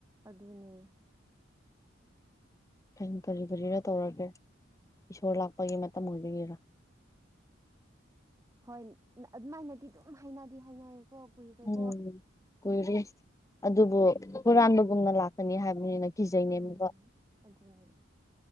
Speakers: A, on the right; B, on the left.
A: ꯑꯗꯨꯅꯦ
B: ꯈꯪ ꯀꯔꯤ ꯀꯔꯤꯔ ꯇꯧꯔꯒꯦ ꯏꯁꯣꯔ ꯂꯥꯛꯄꯒꯤ ꯃꯇꯝ ꯑꯣꯏꯕꯒꯤꯔꯥ
A: ꯍꯣꯏ ꯑꯗꯨꯃꯥꯏꯅꯗꯤ ꯑꯗꯨꯝ ꯍꯥꯏꯅꯗꯤ ꯍꯥꯏꯅꯩꯌꯦꯀꯣ ꯀꯨꯏꯈ꯭ꯔꯦꯀꯣ
B: ꯎꯝ ꯀꯨꯏꯔꯦ ꯑꯗꯨꯕꯨ ꯍꯨꯔꯥꯟꯕꯒꯨꯝꯅ ꯂꯥꯛꯀꯅꯤ ꯍꯥꯏꯕꯅꯤꯅ ꯀꯤꯖꯩꯅꯦ
A: ꯎꯝ
B: ꯅꯨꯡꯒꯥ
A: ꯑꯗꯨꯅꯦ